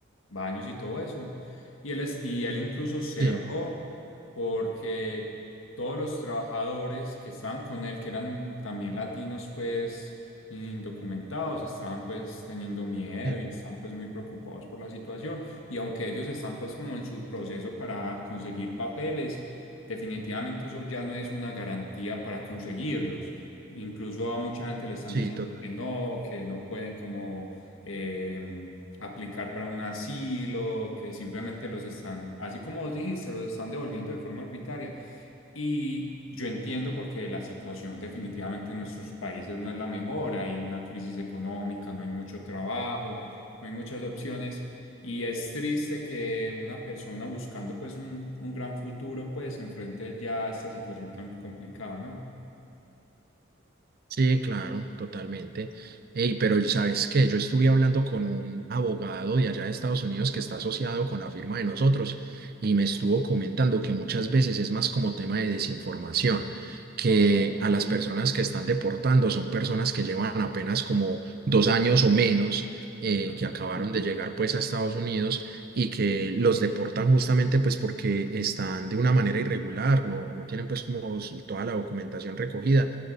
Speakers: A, on the left; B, on the right.
A: baños y todo eso. Y él, es, y él incluso cerró
B: Sí,
A: porque todos los trabajadores que estaban con él, que eran también latinos, pues indocumentados, estaban pues teniendo miedo
B: sí,
A: y estaban pues muy preocupados por la situación. Y aunque ellos están pues como en su proceso para conseguir papeles, definitivamente eso ya no es una garantía para conseguirlos. Incluso a mucha gente le están
B: sí,
A: diciendo
B: total.
A: que no, que no pueden como eh, aplicar para un asilo, que simplemente los están, así como vos dijiste, los están devolviendo de forma arbitraria. Y yo entiendo porque la situación definitivamente en nuestros países no es la mejor, hay una crisis económica, no hay mucho trabajo, no hay muchas opciones. Y es triste que una persona buscando pues un, un gran futuro pues se enfrente ya a esta situación tan complicada, ¿no?
B: Sí, claro, totalmente. Ey, pero ¿sabes qué? Yo estuve hablando con un abogado de allá de Estados Unidos que está asociado con la firma de nosotros y me estuvo comentando que muchas veces es más como tema de desinformación, que
A: Ok.
B: a las personas que están deportando son personas que llevan apenas como dos años o menos, eh,
A: Ujú.
B: que acabaron de llegar pues a Estados Unidos y que los deportan justamente pues porque están de una manera irregular, no, no tienen pues como toda la documentación recogida